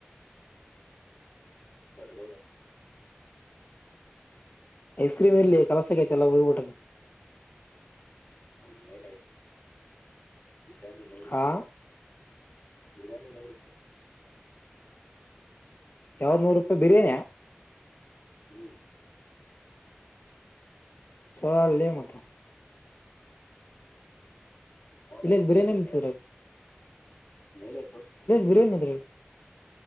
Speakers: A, on the left; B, on the left.
A: ಗಡಗಡ
B: ಐಸ್ ಕ್ರೀಮ್ ಎಲ್ಲಿ ಕೆಲಸಕ್ಕೆತೆ ಎಲ್ಲ ಹೋಗಿಬಿಟ್ಟದ್ದ
A: ಅನ್ನಲೆ ಈರ ನಲರುತ
B: ಹಾ
A: ಬಿರ್ಯಾನಿ ನೋಡ
B: ಯಾವತ್ ನೂರು ರೂಪಾಯಿ ಬಿರಿಯಾನಿಯ
A: ಹ್ಮ್
B: ಚೋಳೋಳ್ಳೆ ಮಾತ
A: ನೋಡಲ್ಲಿ
B: ಇಲ್ಲ ಬಿರಿಯಾನಿ
A: ಮೇಲೆ ಇದ್ದಾವೆ
B: ಇತ್ರ
A: ಮೇಲೆ ತೋರಿಸ್ತೀರ ನೈನ್
B: ಬಿರಿಯಾನಿ
A: ಕಿ
B: ಇದ್ರಾಗ